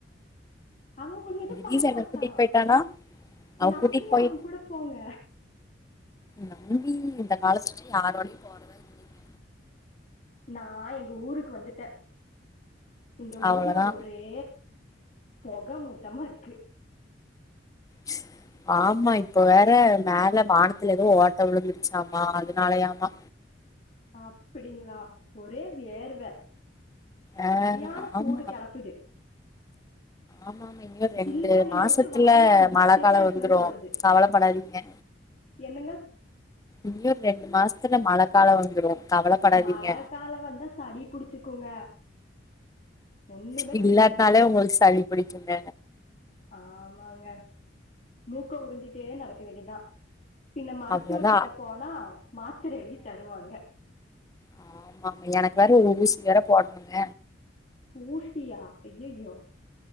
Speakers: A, on the left; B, on the left.
A: அவ உங்கள எது
B: <unintelligible>
A: பண்ண
B: என்ன
A: மாட்டா
B: கூட்டிட் போயிட்டானா அவ
A: நம்பி
B: கூட்டிட் போய்
A: அவ கூட போங்க
B: நம்பி இந்த காலத்துல யாரோடயு போறதா இல்லிங்க
A: நா எங்க ஊருக்கு வந்துட்ட இந்த
B: அவ்வளவுதா
A: ஊர்ல ஒரே பொக மூட்டமாருக்கு
B: <inaudible> ஆமா இப்ப வேற மேல வானத்துல எதோ ஓட்ட விழுந்துருச்சாமா அதனாலயாமா
A: அப்டிங்ளா ஒரே வேர்வ
B: ஆ
A: செரியான சூடு
B: ஆமா
A: கெலப்புது
B: ஆமா ஆமா இன்யு ரெண்டு
A: ஜில்லு தண்ணி
B: மாசத்துல
A: எடுத்து வாயில குடிச்சிட்டே
B: மழ காலோ
A: இருக்கணுன்னு
B: வந்துரு
A: தோணுது
B: கவல படாதிங்க
A: என்னங்க
B: இன்யு ரெண்டு மாசத்துல மழ காலோ வந்துரு கவலப்படாதீங்க
A: மழ கால வந்தா சளி புடிச்சுக்குங்க ஒண்ணுமே
B: இல்லாட்னாலே
A: திங்க முடியாது
B: உங்ளுக்கு சளி புடிக்குங்க
A: ஆமாங்க மூக்க உரிஞ்சிட்டே நடக்க வேண்டிதா பின்ன மருத்துவர்
B: அவ்ளோதா
A: கிட்ட போனா மாத்ர எழுதி தருவாங்க
B: ஆமா எனக்கு வேற ஒரு ஊசி வேற போடணுங்க
A: <unintelligible> அயய்யோ